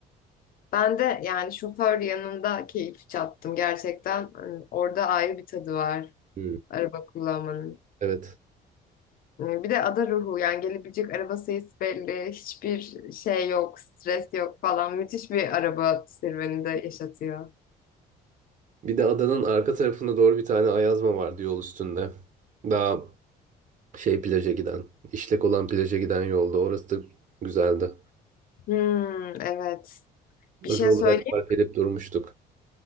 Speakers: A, on the left; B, on the right.
A: Ben de yani şoför yanında keyif çattım gerçekten. Hani Orada ayrı bir tadı var
B: Hmm,
A: araba kullanmanın.
B: evet.
A: Ee, Bir de ada ruhu yani gelebilecek araba sayısı belli. Hiçbir şey yok, stres yok falan. Müthiş bir araba serüveni de yaşatıyor.
B: Bir de adanın arka tarafına doğru bir tane ayazma vardı yol üstünde. Daha şey plaja giden, işlek olan plaja giden yolda. Orası da güzeldi.
A: Hmm, evet. Bir
B: Özel
A: şey
B: olarak
A: söyleyeyim.
B: park edip durmuştuk.